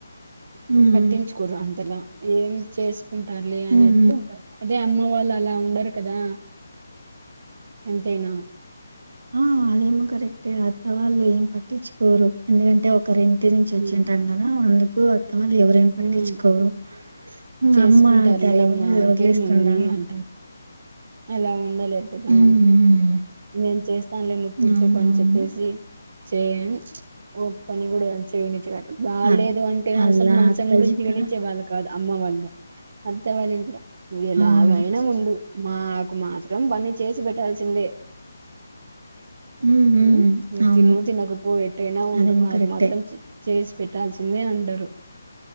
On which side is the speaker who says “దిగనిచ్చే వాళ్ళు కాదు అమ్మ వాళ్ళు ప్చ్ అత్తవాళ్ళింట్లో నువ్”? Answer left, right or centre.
Right